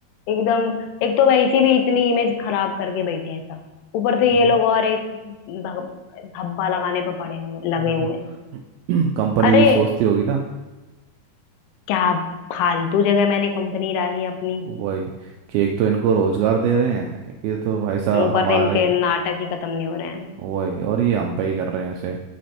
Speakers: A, on the left (about 85°); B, on the right (about 80°).
A: एकदम एक तो वैसी भी इतनी इमेज खराब करके बैठे हैं सब ऊपर से
B: हाँ,
A: ये लोग और एक धब- धब्बा लगाने पर पड़े हुए लगे
B: वो तो
A: हुए हैं
B: <clears throat> कंपनीज
A: अरे
B: भी सोचती होगी ना
A: क्या फालतू जगह मैंने कंपनी डाली अपनी
B: वही कि एक तो इनको रोजगार दे रहे हैं ये तो भाई साहब
A: ऊपर
B: हमारे
A: से इनके नाटक ही खत्म नहीं हो रहे हैं
B: वही और ये हम पे ही कर रहे हैं ऐसे